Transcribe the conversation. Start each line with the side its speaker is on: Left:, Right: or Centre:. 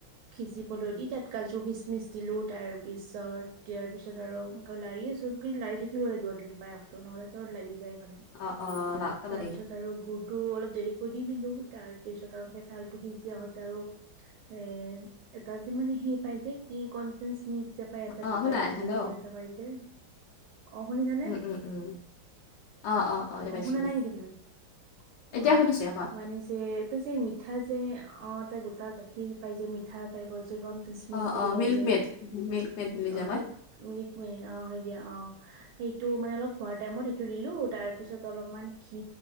Right: সিজিবলৈ দি তাত কাজু খিচমিচ দিলো তাৰ পিছত দিয়াৰ পিছত আৰু এনকৈ লাৰি আছো। কিন্তু লাৰি থাকিব লাগিব তুমি পায়সটো নহলে তলত লাগি যায় মানে।
Left: অ', অ',
Right: তাৰ পিছত
Left: <unintelligible>
Right: আৰু গুৰতো অলপ দেৰিকৈ দি দিলো তাৰ পিছত আৰু কে ছালটো সিজাত আৰু এ এটা যে মানে সেই পাই যে কি কনফেঞ মি যে পাই এটা
Left: অ',
Right: গোটা
Left: শুনা
Right: গাখীৰ
Left: হেল্ল'
Right: যে এটা পাই যে অ', শুনিছানে?
Left: উম, উম, উম অ',
Right: অ',
Left: পাইছো
Right: শুনা
Left: দিয়া,
Right: নাই নিকি তুমি
Left: এতিয়া
Right: অ',
Left: শুনিছো কোৱা
Right: মানে যে এটো যে মিঠ মিঠা যে অ', ততে গোটা গাখীৰ পাই যে মিঠা টাইপৰ যে কণ স্মিক
Left: অ',
Right: বুলি
Left: অ',
Right: কৈ
Left: মিল্ক
Right: যে
Left: মেড, মিল্ক মেড বুলি
Right: অ',
Left: যে
Right: সেই
Left: কয়
Right: ম্লিকমি অ', হয় দিয়া অ', সেইটো মানে অলপ হোৱাৰ টাইমত সেইটো দিলো তাৰ পিছত অলপমান ঘি